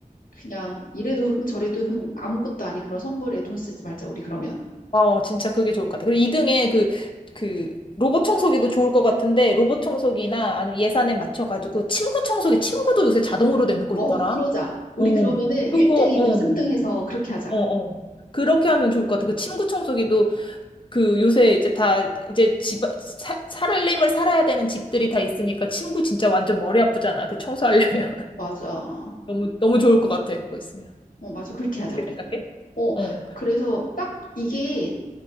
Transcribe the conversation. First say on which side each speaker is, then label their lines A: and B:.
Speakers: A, on the left (about 85°); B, on the left (about 35°).
A: 그냥 이래도 흥, 저래도 흥, 아무것도 아닌 그런 선물에 돈 쓰지 말자, 우리 그러면.
B: 어, 진짜 그게 좋을 것 같아. 그리고 2등에 그, 그, 로봇 청소기도 좋을 것 같은데, 로봇 청소기나 아니면 예산에 맞춰가지고, 침구 청소기, 침구도 요새 자동으로 되는 거
A: 어,
B: 있더라.
A: 그러자. 우리
B: 어,
A: 그러면은 1등,
B: 그거, 어,
A: 2등, 3등 해서 그렇게 하자.
B: 어, 어. 그렇게 하면 좋을 것 같아. 그 침구 청소기도 그 요새 이제 다 이제 집, 사, 살림을 살아야 되는 집들이 다 있으니까 침구 진짜 완전 머리 아프잖아. 그 청소하려면.
A: 맞아.
B: 너무 너무 좋을 것 같아. 그거 있으면.
A: 어, 맞아. 그렇게 하자,
B: 어떻게
A: 우리.
B: 생각해?
A: 어,
B: 어.
A: 그래서 딱 이게